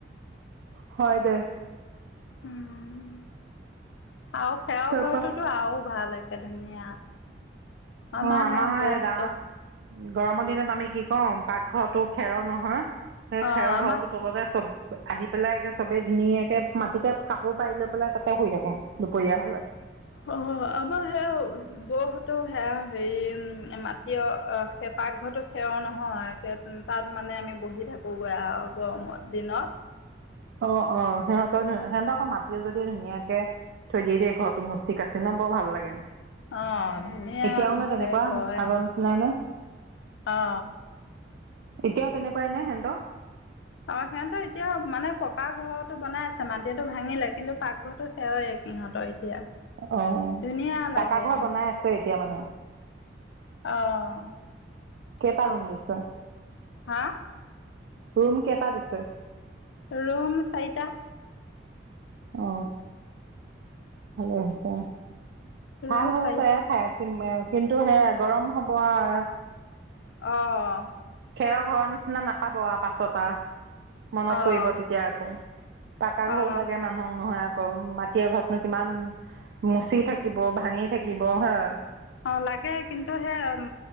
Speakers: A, on the right; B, on the left.
A: হয় দে।
B: উম আৰু খেৰ
A: তাৰপা
B: ঘৰটোতো আৰু ভাল ধুনীয়া আমা
A: অ' আমাৰ
B: হে বৌহত,
A: সেই গাঁৱত গৰমৰ দিনত আমি কি কওঁ পাকঘৰটো খেৰৰ নহয় সেই
B: অ
A: খেৰৰ
B: আমাৰ
A: ঘৰটো তলতে চব আহি পেলাই একে চবে ধুনীয়াকে মাটিতে কাপোৰ পাৰি লৈ পেলাই তাতে শুই থাকো দুপৰীয়া হলে।
B: অ আমাৰ বৌহতেও সে হেৰি মাটিৰে পাকঘৰটো সেৱ নহয়। উম তাত মানে আমি বহি থাকোগৈ আৰু গৰমৰ দিনত।
A: অ অ সিহঁতৰ সিহঁতক আকৌ মাতিও যদি ধুনীয়াকে। থৈ দিয়ে দেই ঘৰৰতটো মুচি কাঁচি ন বৰ ভাল লাগে।
B: অ ধুনীয়া
A: এতিয়াও
B: মোচে
A: নে তেনেকুৱা
B: কয়
A: আগৰ নিচিনাই নে।
B: অ
A: এতিয়াও তেনেকুৱাই নে হেনতৰ।
B: অ সিহঁতৰ এতিয়াও মানে পকা ঘৰতো বনাই আছে মাটিয়টো ভাঙিলে কিন্তু পাকঘৰ সেৱাই সিহঁতৰ এতিয়া।
A: অ
B: ধুনীয়া লাগে
A: পাকা ঘৰ বনাই আছে এতিয়া মানে।
B: অ
A: কেইটা ৰুম দিছে।
B: হা
A: ৰুম কেইটা দিছে।
B: ৰুম চাৰিটা।
A: অ ভালেই হৈছে।
B: ৰুম
A: ভাল হৈছে
B: চাৰিটা
A: থাই ওম কিন্তু সেয়া গৰম হ'বআৱ
B: অঁ
A: খেৰ ঘৰৰ নিচিনা নাপাব আৱ পাছ পা মনত
B: অঁ
A: পৰিব তেতিয়া আকৌ পাকা
B: অঁ
A: ঘও লাগে মানুহ ক নহয় আকৌ মাটিৰৰ ঘৰতনো কিমান মুচি থাকিব, ভাঙি থাকিব হা
B: অঁ লাগে কিন্তু সেই উম